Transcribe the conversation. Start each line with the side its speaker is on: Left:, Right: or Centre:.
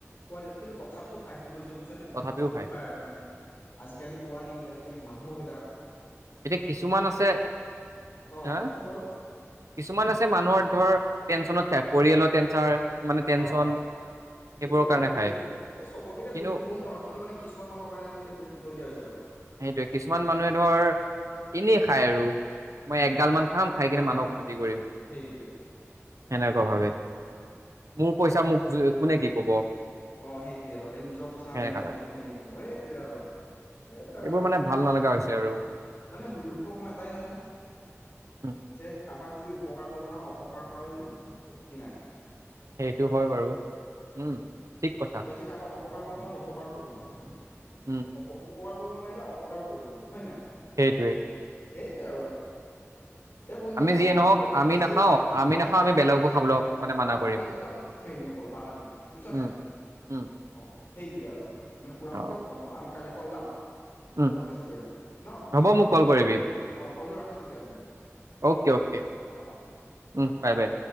Left: <unintelligible> কিন্তু তথাপিতো খাই কি কৰিছে বুইছ নে
Right: তথাপিও
Left: তথাপিতো
Right: খায়
Left: খাই আৰু মানে আজিকালি পোৱালি আজি এ মানুহ বিলাক
Right: এতিয়া কিছুমান আছে
Left: অ'
Right: হা
Left: কচোন বাৰু
Right: কিছুমান আছে মানুহৰ ধৰ টেনচনত খাই পৰিয়ালৰ। <unintelligible> টেনচন
Left: অ',
Right: সেইবোৰৰ
Left: সেইটোৱে
Right: কাৰণে
Left: আৰু কি
Right: খায়
Left: কবি এই চবকে এতিয়া
Right: কিন্তু
Left: দুখ দিবও নোৱাৰো কিন্তু মানে কিছুমান মানুহৰ কাৰণে আমি এতিয়া দুখ দিবলগীয়া হৈছে। <unintelligible>
Right: সেইটোৱে কিছুমান মানুহে ধৰ এনেই খায় আৰু মই
Left: উম
Right: এগাল মান খাম খাই কিনে
Left: অ'
Right: মানুহক অশান্তি কৰিম।
Left: সেইটোৱে
Right: সেনেকুৱা ভাবে মোৰ পইচা মোক কোনে কি কব।
Left: অ' সেইটোৱে হয় আৰু এই নিজৰ পইচা
Right: সেনেকা
Left: মই কমাইছো
Right: টাইপ
Left: কোনে কি কব এইটোৱে আৰু
Right: এইবোৰ
Left: আৰু
Right: মানে ভাল নালাগা হৈছে আৰু
Left: মানে লোকক মই এটাই জানো
Right: উম
Left: যে কাবাক যদি উপকাৰ কৰিব ন অপকাৰ কৰাও যুক্তি নাই।
Right: সেইটো হয় বাৰু। উম। ঠিক কথা
Left: তই যদি কাৰবাক অপকাৰ কৰিব নোৱাৰ উপকাৰো কৰিব নালাগে।
Right: উম
Left: উপকাৰ কৰিব নোৱাৰিলে অপকাৰো কৰিব নালাগে। হয় নাই?
Right: সেইটোৱে
Left: সেইটোৱে আৰু এ বন্ধু
Right: আমি যিয়ে
Left: মোক ভাত
Right: নহওক
Left: খাব মাতি
Right: আমি
Left: আছে
Right: নাখাও
Left: ৰ'বা মানে,
Right: আমি
Left: অ
Right: নাখাও
Left: এ নাখাওঁ-নাখাওঁ,
Right: আমি বেলেগকো খাবলৈ
Left: অ
Right: মানে মানা
Left: আমাৰ
Right: কৰিম
Left: পোৱালিকো আমি হেৰি নকৰো, বাধা দিম, বুজিছা
Right: উম
Left: নাই?
Right: উম
Left: অ সেইটয়ে আৰু, আমি সুৰামুক্ত
Right: অ
Left: বন্ধ, আমি কায়লে পা ওলাম
Right: উম
Left: প্ৰটেষ্ট কৰিম ন
Right: হ'ব মোক কল কৰিবি,
Left: অ বন্ধু ৰাখিছো দিয়া তেন্তে
Right: অ'কে-অ'কে
Left: অ অ
Right: উম বাই-বাই।